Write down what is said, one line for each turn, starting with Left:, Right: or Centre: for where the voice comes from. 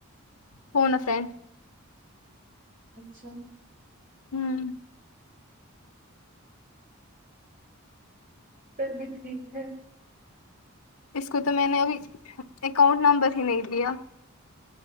Left: فونا فان
Right: اچھا
Left: ہوں
Right: پھر بھی ٹھیک ہے
Left: اس کو تو میں نے ابھی اکاؤنٹ نمبر ہی نہیں دییا